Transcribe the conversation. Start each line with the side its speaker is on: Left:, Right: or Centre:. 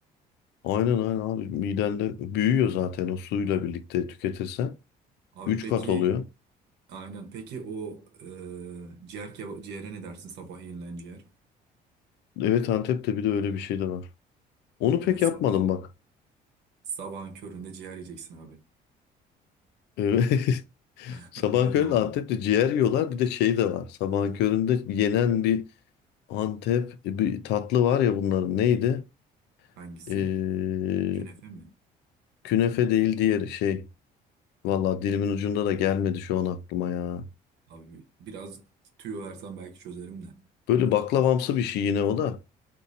Left: Aynen aynen abi. Midende büyüyor zaten o suyla birlikte tüketirsen.
Right: Abi
Left: Üç
Right: peki
Left: kat oluyor.
Right: aynen. Peki o e, ciğer keba- ciğere ne dersin? Sabah yenilen ciğer.
Left: Evet Antep'te bir de öyle bir şey de var. Onu pek
Right: Evet sabah.
Left: yapmadım bak.
Right: Sabahın köründe ciğer yiyeceksin abi.
Left: Evet. <laughs>
Right: <laughs>
Left: Sabahın
Right: Gün
Left: köründe
Right: doğumu.
Left: Antep'te ciğer yiyorlar. Bir de şey de var. Sabahın köründe yenen bir Antep bir tatlı var ya bunların neydi?
Right: Hangisi?
Left: Ee,
Right: Künefe mi?
Left: künefe değil diğeri şey. valla dilimin ucunda da gelmedi şu an aklıma ya.
Right: Abi biraz tüyo versen belki çözerim de.
Left: Böyle baklavamsı
Right: Çok.
Left: bir şey yine o da.